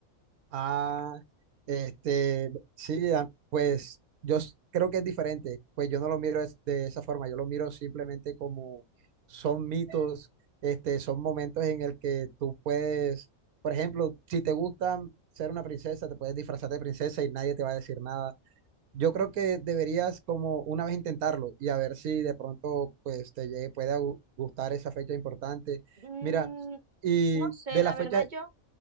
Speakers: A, on the right; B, on the right.
A: Ah, este, sí, ah, pues yo s- creo que es diferente, pues yo no lo miro es- de esa forma, yo lo miro simplemente como son mitos, este, son momentos en el que tú puedes, por ejemplo, si te gusta ser una princesa, te puedes disfrazar de princesa y nadie te va a decir nada. Yo creo que deberías como una vez intentarlo y a ver si de pronto pues te llegue- puede gu- gustar esa fecha importante.
B: Mm,
A: Mira, y
B: no sé,
A: de
B: la
A: la fecha,
B: verdad yo